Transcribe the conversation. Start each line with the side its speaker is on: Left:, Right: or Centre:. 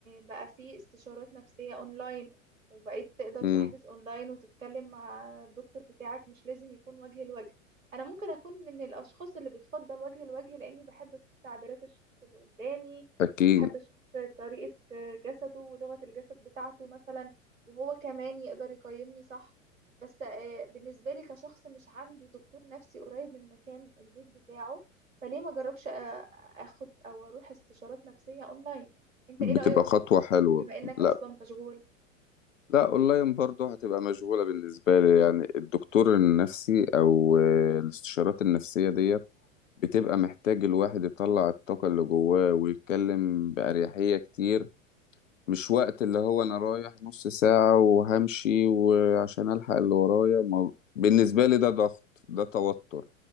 Right: بقى في استشارات نفسية اونلاين وبقيت تقدر
Left: امم
Right: تحجز اونلاين وتتكلم مع الدكتور بتاعك مش لازم يكون وجه لوجه انا ممكن اكون من الاشخاص اللي بتفضل وجه لوجه لاني بحب اشوف تعبيرات الشخص اللي قدامي
Left: اكيد
Right: واحب اشوف طريقة جسده ولغة الجسد بتاعته مثلا وهو كمان يقدر يقيمني صح بس آه، بالنسبة لي كشخص مش عنده دكتور نفسي قريب من مكان البيت بتاعه فليه ما جربش اخد او اروح استشارات نفسية اونلاين انت
Left: بتبقى
Right: ايه رأيك
Left: خطوة
Right: في
Left: حلوة
Right: الحاجات دي بما انك
Left: لا
Right: اصلا مشغول
Left: لا اونلاين برضو هتبقى مشغولة بالنسبة لي يعني الدكتور النفسي او آه، الاستشارات النفسية ديت بتبقى محتاج الواحد يطلع الطاقة اللي جواه ويتكلم بأريحية كتير مش وقت اللي هو انا رايح نص ساعة وهمشي وعشان الحق اللي ورايا ما بالنسبة لي ده ضغط ده توتر